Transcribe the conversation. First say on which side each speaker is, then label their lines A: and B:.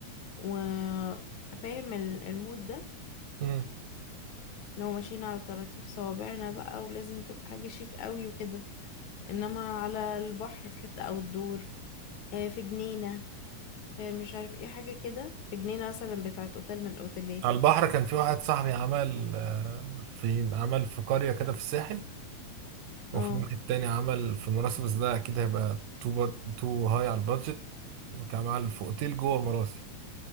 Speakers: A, on the left (about 70°); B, on the right (about 80°).
A: وفاهم المود ده
B: مم.
A: لو ماشيين على طراطيف صوابعنا بقى ولازم تبقى حاجة شيك قوي وكده انما على البحر في حتة او الدور آه، في جنينة في مش عارف ايه حاجة كده في جنينة مثلا بتاعت اوتيل من الاوتيلات
B: على البحر كان في واحد صاحبي عمل آه، في عمل في قريه كده في الساحل وفي
A: اه
B: واحد تاني عمل في مراسي بس ده اكيد هيبقى تو بط... تو هاي على البادجت كان عمل في اوتيل جوه مراسي